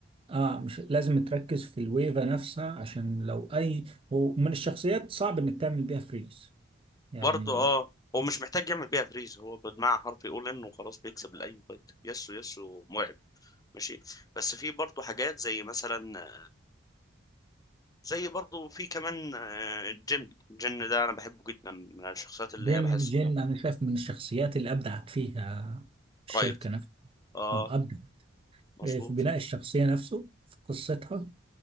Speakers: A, on the right; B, on the left.
A: اه مش لازم تركز في الويفه نفسها عشان لو اي ومن الشخصيات صعب انك تعمل بيها فريز يعني
B: برضه اه هو مش محتاج يعمل بيها فريز هو بالمعنى حرفي يقول انه خلاص بيكسب لاي فايت يسو يسو مرعب ماشي بس في برضه حاجات زي مثلا زي برضه في كمان آه، الجن الجن ده انا بحبه جدا من الشخصيات اللي
A: جين
B: هي بحس
A: جين انا شايف من الشخصيات اللي ابدعت فيها الشركه
B: رايت
A: نفسها
B: اه
A: اه ابدع
B: مظبوط
A: في بناء الشخصيه نفسه في قصتها